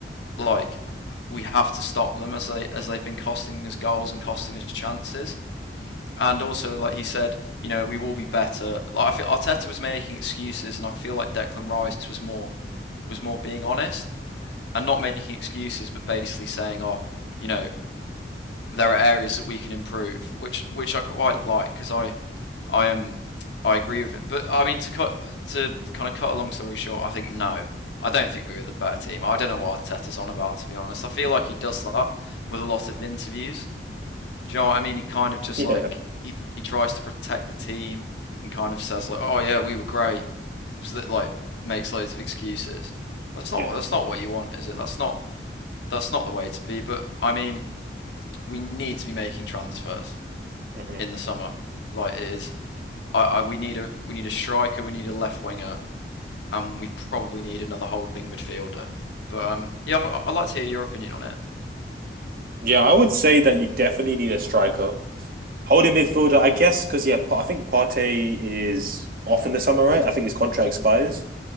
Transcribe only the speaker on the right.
Yeah,
yeah,
hmm
yeah. I would say that you definitely need a striker, holding midfielder, I guess, because yeah, Pa- I think Partey is off in the summer, right? I think his contract expires.